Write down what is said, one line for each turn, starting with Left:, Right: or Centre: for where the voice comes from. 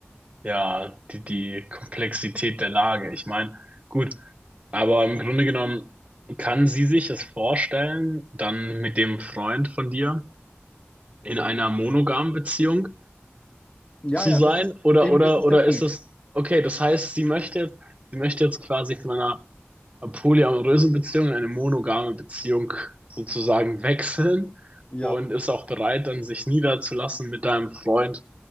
Right: Ja, die, die Komplexität der Lage. Ich meine, gut, aber im Grunde genommen kann sie sich es vorstellen, dann mit dem Freund von dir in einer monogamen Beziehung
Left: ja,
Right: zu
Left: ja,
Right: sein?
Left: das ist
Right: Oder,
Left: eben,
Right: oder,
Left: das ist
Right: oder
Left: der Punkt.
Right: ist es, okay, das heißt, sie möchte jetzt, sie möchte jetzt quasi von einer polyamorösen Beziehung in eine monogame Beziehung sozusagen wechseln
Left: Ja,
Right: und ist auch bereit, dann sich niederzulassen mit deinem Freund.